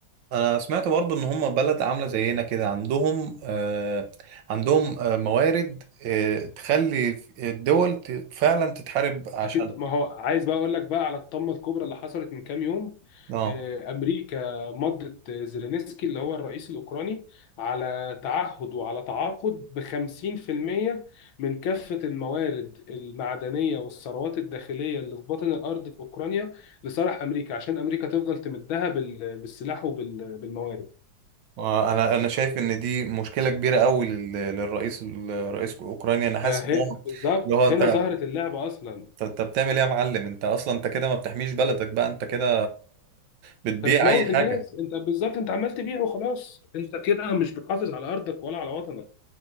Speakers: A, on the right (about 70°); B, on the left (about 85°).
A: انا سمعت برضو ان هم بلد عامله زينا كده عندهم آه عندهم آه موارد آه تخلي الدول ت- فعلا تتحارب عشانها
B: اكيد ما هو عايز بقى اقول لك بقى على الطامه الكبرى اللي حصلت من كام يوم
A: اه
B: آه، امريكا مضت آه، زيلينسكي اللي هو الرئيس الاوكراني على تعهد وعلى تعاقد ب 50% من كافه الموارد المعدنيه والثروات الداخليه اللي في باطن الارض في اوكرانيا لصالح امريكا عشان امريكا تفضل تمدها بال- بالسلاح وبالموارد
A: انا انا شايف ان دي مشكله كبيره قوي لل- للرئيس الرئيس اوكرانيا انا حاسس
B: فهي
A: ان هو
B: بالظبط
A: اللي هو
B: هنا
A: انت
B: ظهرت اللعبه اصلا
A: طب انت بتعمل ايه يا معلم انت اصلا انت كده ما بتحميش بلدك بقى انت كده بتبيع
B: انت بتموت
A: اي
B: الناس
A: حاجه
B: انت بالظبط انت عمال تبيع وخلاص انت كده مش بتحافظ على ارضك ولا على وطنك